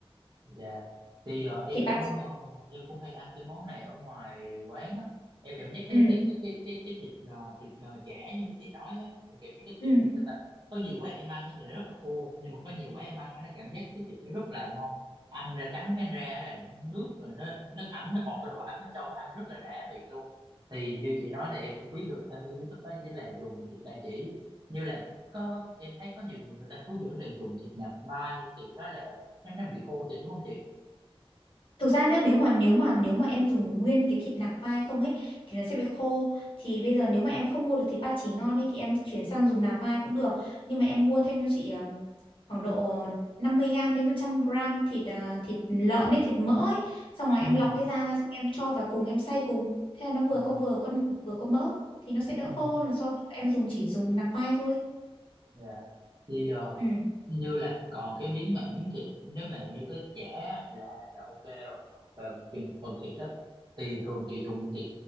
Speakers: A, on the right; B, on the left.
A: Dạ Thì ờ, em
B: thịt
A: cũng
B: ba chỉ
A: ờ, em cũng hay ăn cái món này ở ngoài quán á. Em cảm giác cái
B: ừ,
A: cái cái cái cái cái thịt ờ, thịt ờ, chả như mấy chị nói á, em cảm giác cái
B: ừ.
A: thịt nó sao ta. Có nhiều quán em ăn á thì nó rất là khô, nhưng mà có nhiều quán em ăn á nó cảm giác cái thịt nó rất là ngon. Ăn ra trắng cái ra là nước rồi nó nó ẩm nó còn cái độ ẩm ở trong nó ăn rất là đã miệng luôn. Thì như chị nói thì em cũng biết được thêm cái kiến thức đó với là dùng thịt ba chỉ. Như là có em thấy có nhiều người người ta hướng dẫn là dùng thịt nạc vai thì cái đó là nó nó bị khô thịt đúng không chị
B: Thực ra nhá, nếu mà nếu mà nếu mà em dùng nguyên cái thịt nạc vai không ấy thì nó sẽ bị khô. Thì bây giờ nếu mà em không mua được thịt ba chỉ ngon ấy thì em chuyển sang dùng nạc vai cũng được. Nhưng mà em mua thêm cho chị ờ, khoảng độ 50 gram đến 100 gram thịt ờ, thịt lợn ấy, thịt mỡ ấy, xong rồi
A: ừ
B: em lọc cái da ra xong em cho vào cùng em xay cùng. Thế là nó vừa
A: à,
B: có vừa có nạc, vừa có mỡ thì nó sẽ đỡ
A: ừ
B: khô hơn là so với em dùng chỉ dùng nạc vai thôi.
A: dạ thì ờ,
B: Ừ.
A: như là còn cái miếng mà miếng thịt nếu mà như cái chả là là ok rồi còn về phần, phần thịt đó thì thường chị dùng thịt